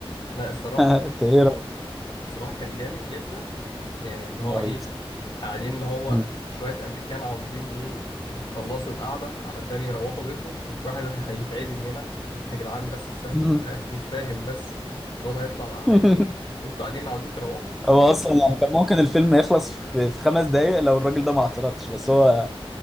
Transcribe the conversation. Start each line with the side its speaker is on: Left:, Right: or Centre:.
Left: لا الصراحة
Centre: <laughs> انت ايه رأيك
Left: الصراحة كان جامد جدا يعني اللي
Centre: فيلم
Left: هو
Centre: رهيب
Left: إيه
Centre: صح؟
Left: قاعدين اللي هو
Centre: مم.
Left: شوية أمريكان عاوزين إيه يخلصوا القعدة علشان يروحوا بيتهم وفي واحد <laughs> هيتعدم هنا يا جدعان بس استهدوا
Centre: مم.
Left: بالله مش فاهم بس الواد هيطلع
Centre: <laughs>
Left: هيموت وأنتوا قاعدين عاوزين تروحوا
Centre: هو اصلا يعني كان ممكن الفيلم يخلص في في خمس دقايق لو الراجل ده ما اعترضش بس هو